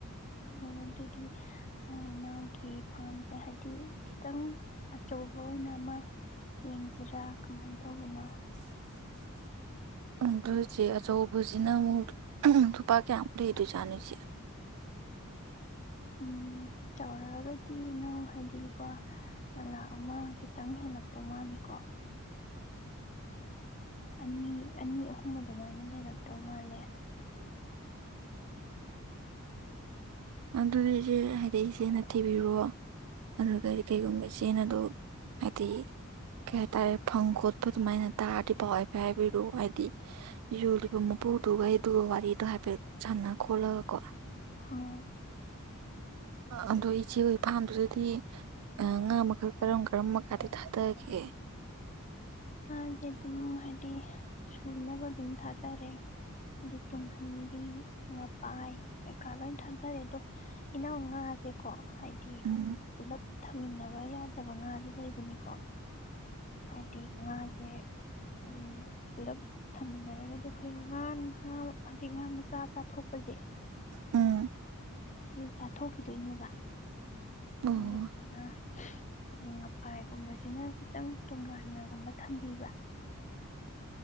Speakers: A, on the left; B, on the right.
A: ꯑꯣ ꯑꯗꯨꯗꯤ ꯊꯥꯏꯅꯥꯒꯤ ꯐ꯭ꯔꯥꯝꯁꯦ ꯍꯥꯏꯕꯗꯤ ꯈꯤꯇꯪ ꯑꯆꯧꯕ ꯑꯣꯏꯅ ꯑꯃ ꯌꯦꯡꯁꯤꯔꯥ ꯀꯃꯥꯏꯅ ꯇꯧꯕꯅꯣ
B: <inaudible> ꯑꯗꯨ ꯏꯆꯦ ꯑꯆꯧꯕꯁꯤꯅ ꯑꯃꯨꯛ ꯂꯨꯄꯥ ꯀꯌꯥꯃꯨꯛ ꯂꯩꯗꯣꯏ ꯖꯥꯠꯅꯣ ꯏꯆꯦ
A: ꯎꯝ ꯆꯥꯎꯔꯛꯑꯒꯗꯤ ꯏꯅꯥꯎ ꯍꯥꯏꯗꯤ ꯂꯨꯄꯥ ꯂꯥꯛ ꯑꯃ ꯈꯤꯇꯪ ꯍꯦꯜꯂꯛꯇꯧ ꯃꯥꯜꯂꯤꯀꯣ ꯑꯅꯤ ꯑꯅꯤ ꯑꯍꯨꯝ ꯑꯗꯨꯃꯥꯏꯅ ꯂꯩꯔꯛꯇꯧ ꯃꯥꯜꯂꯦ
B: ꯑꯗꯨꯗꯤ ꯏꯆꯦ ꯍꯥꯏꯗꯤ ꯏꯆꯦꯅ ꯊꯤꯕꯤꯔꯣ ꯑꯗꯨꯗꯩꯗꯤ ꯀꯩꯒꯨꯝꯕ ꯏꯆꯦ ꯑꯗꯣ ꯍꯥꯏꯗꯤ ꯀꯩ ꯍꯥꯏꯇꯥꯔꯦ ꯐꯪ ꯈꯣꯠꯄ ꯑꯗꯨꯃꯥꯏꯅ ꯇꯥꯔꯗꯤ ꯄꯥꯎ ꯍꯥꯏꯐꯦꯠ ꯍꯥꯏꯕꯤꯔꯣ ꯍꯥꯏꯗꯤ ꯌꯣꯜꯂꯤꯕ ꯃꯄꯨꯗꯨꯒ <unintelligible> ꯋꯥꯔꯤꯗꯣ ꯍꯥꯏꯐꯦꯠ ꯁꯥꯟꯅ ꯈꯣꯠꯂꯒꯀꯣ
A: ꯍꯣꯏ
B: ꯑꯗꯣ ꯏꯆꯦ ꯍꯣꯏ ꯐꯥꯝꯗꯨꯗꯗꯤ ꯉꯥ ꯃꯈꯜ ꯀꯔꯝ ꯀꯔꯝꯕ ꯀꯥꯗꯤ ꯊꯥꯗꯒꯦ
A: ꯉꯥꯁꯦ ꯑꯗꯨꯝ ꯍꯥꯏꯗꯤ ꯁꯨꯅꯕ ꯑꯗꯨꯝ ꯊꯥꯗꯔꯦ ꯍꯥꯏꯗꯤ ꯇꯨꯡꯍꯟꯕꯤ ꯉꯄꯥꯏ ꯀꯩꯀꯥ ꯂꯣꯏ ꯊꯥꯗꯔꯦ ꯑꯗꯣ ꯏꯅꯥꯎ ꯉꯥꯖꯦ ꯀꯣ ꯍꯥꯏꯗꯤ
B: ꯎꯝ
A: ꯄꯨꯂꯞ ꯊꯝꯃꯤꯟꯅꯕ ꯌꯥꯗꯕ ꯉꯥꯖꯨ ꯂꯩꯕꯅꯤꯀꯣ ꯍꯥꯏꯗꯤ ꯉꯥꯖ‌ꯦ ꯎꯝ ꯄꯨꯜꯂꯞ ꯊꯝꯃꯤꯟꯅꯔꯒꯗꯤ ꯑꯩꯈꯣꯏ ꯉꯥ ꯉꯥ ꯍꯥꯏꯗꯤ ꯉꯥ ꯃꯆꯥ ꯆꯥꯊꯣꯛꯄꯁꯦ
B: ꯎꯝ
A: ꯁꯤ ꯆꯥꯊꯣꯛꯈꯤꯗꯨꯏꯅꯦꯕ
B: ꯑꯣ
A: ꯑꯗꯨꯗꯨꯅ ꯍꯥꯏꯗꯤ ꯉꯄꯥꯏꯒꯨꯝꯕꯁꯤꯅ ꯈꯤꯇꯪ ꯇꯣꯉꯥꯟꯅꯒꯨꯝꯕ ꯊꯝꯕꯤꯕ